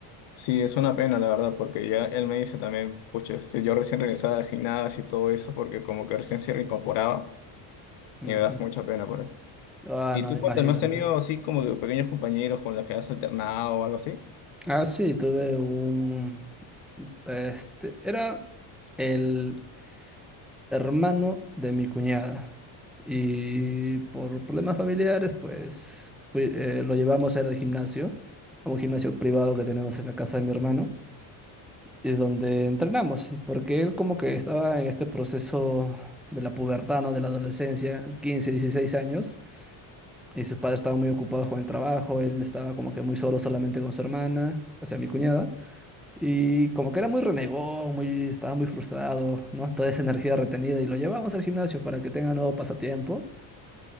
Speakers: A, on the left (about 75°); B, in the centre.
A: sí, es una pena, la verdad, porque ya él me dice también, pucha, este, yo recién regresaba al gimnasio y todo eso porque como que recién se reincorporaba
B: Ujú.
A: y me da mucha pena por él.
B: Ah,
A: Y
B: no,
A: tú
B: imagínate.
A: cuéntame, ¿has tenido así como que pequeños compañeros con los que has alternado o algo así?
B: Ah, sí, tuve un, este, era el hermano de mi cuñada y por problemas familiares, pues fui- eh, lo llevamos a ir al gimnasio, a un gimnasio privado que tenemos en la casa de mi hermano. y donde entrenamos, porque él como que estaba en este proceso de la pubertad, ¿no? De la adolescencia, 15, 16 años, y sus padres estaban muy ocupados con el trabajo, él estaba como que muy solo solamente con su hermana, o sea, mi cuñada, y como que era muy renegón, muy, estaba muy frustrado, ¿no? Toda esa energía retenida, y lo llevamos al gimnasio para que tenga nuevo pasatiempo.